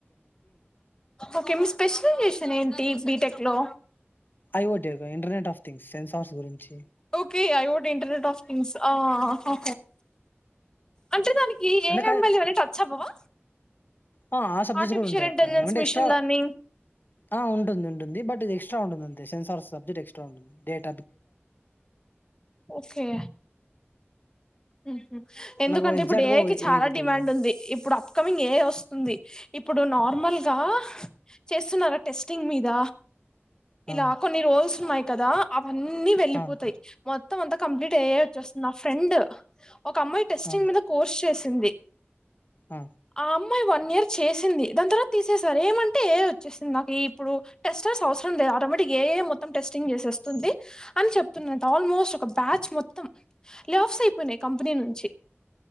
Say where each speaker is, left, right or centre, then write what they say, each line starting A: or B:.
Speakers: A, on the left; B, on the left.
A: ఓకే మీ స్పెషలైజేషన్ ఏం టి బీటెక్ లో
B: ఐ ఓ టి అక్క ఇంటర్నెట్ ఆఫ్ థింగ్స్ సెన్సార్స్ గురించి
A: okay I vote internet of wings ఆ ఆహా అంటే నాది ఈ
B: అంటే
A: ఏ <unintelligible> టచ్చ్ అవ్వవా
B: ఆ ఆ సబ్జెక్ట్స్
A: ఆర్టిఫిషియల్
B: కూడా ఉంటాయి
A: ఇంటెలిజెన్స్
B: అక్క ఏమంటే
A: మిషన్
B: ఎక్స్ట్రా
A: లెర్నింగ్
B: ఆ ఉంటుంది ఉంటుంది బట్ ఇది ఎక్స్ ఎక్స్ట్రా ఉంటుంది అంతే సెన్సార్ సబ్జెక్ ఎక్స్ట్రా ఉంటుంది డేట్
A: ఓకే ఉమ్ ఎందుకంటే
B: నాకు ఎగ్జాక్ట్
A: ఇప్పుడు ఏ
B: గా
A: ఐ కి చాలా
B: గుర్తులేదు
A: డిమాండ్ ఉంది ఇప్పుడు. ఆప్ కమింగ్ ఏఐ వస్తుంది ఇప్పుడు నార్మల్గా చేస్తున్నారా టెస్టింగ్ మీద
B: ఆ
A: ఇలా కొన్ని రోల్స్ మై కదా అప్ అన్నీ వెళ్ళిపోతాయి
B: ఆ
A: మొ త్తం అంత కంప్లీట్ ఏ ఐ వచ్చేస్తున్నా ఆఫ్ ఫ్రెండ్ ఒక అమ్మాయి టెస్టింగ్
B: ఆ
A: మీద కోర్స్ చేస్ తుంది
B: ఆ
A: ఆమ్ అమ్మాయ్ వన్ ఇయర్ చేసింది దాని తర్వాత తీసేసారు ఏమంటే ఏఐ వచ్చేసింది నాకు ఇప్పుడు టెస్టర్స్ అవసరం లేదు ఆటోమేటిక్ ఏఐ మొత్తం టెస్టింగ్ చేసేస్తుంది అని చెప్తున్న ఆల్మోస్ట్ ఒక బ్యాచ్ మొత్తం లెఆఫ్స్ అయిపోయినాయి కంపెనీ నుంచి